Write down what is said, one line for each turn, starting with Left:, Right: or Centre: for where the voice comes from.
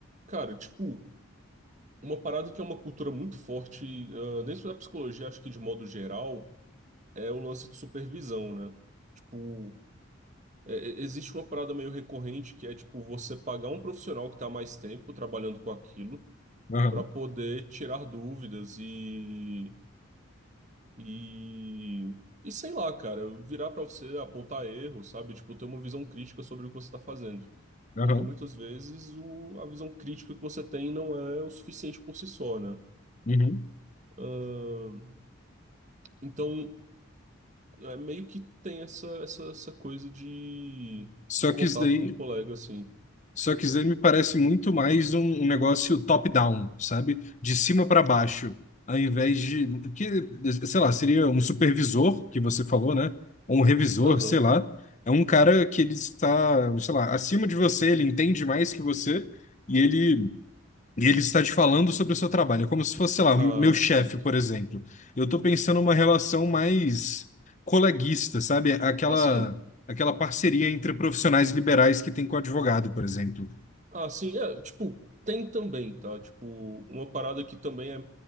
Right: Cara, tipo, uma parada que é uma cultura muito forte, ah, dentro da psicologia, acho que de modo geral, é o lance de supervisão, né? Tipo, é- é- existe uma parada meio recorrente que é, tipo, você pagar um profissional que tá há mais tempo trabalhando com aquilo
Left: Aham,
Right: pra poder tirar dúvidas e E, e sei lá, cara, virar pra você apontar erro, sabe? Tipo, ter uma visão crítica sobre o que você tá fazendo.
Left: aham.
Right: Porque muitas vezes o, a visão crítica que você tem não é o suficiente por si só, né?
Left: Uhum.
Right: Ahn, então, é meio que tem essa, essa, essa coisa de,
Left: Só
Right: de contato
Left: que isso daí.
Right: com o colega, assim.
Left: Só que Zen me parece muito mais um, um negócio top-down, sabe? De cima para baixo, ao invés de, que, sei lá, seria um supervisor, que você falou, né? Ou um revisor,
Right: Aham.
Left: sei lá. É um cara que ele está, sei lá, acima de você, ele entende mais que você e ele, e ele está te falando sobre o seu trabalho. É como se fosse, sei lá,
Right: Ah,
Left: meu chefe,
Right: certo.
Left: por exemplo. Eu estou pensando numa relação mais coleguista, sabe? Aquela,
Right: Assim.
Left: aquela parceria entre profissionais liberais que tem com o advogado, por exemplo.
Right: Ah, sim, é, tipo, tem também, tá? Tipo, uma parada que também é,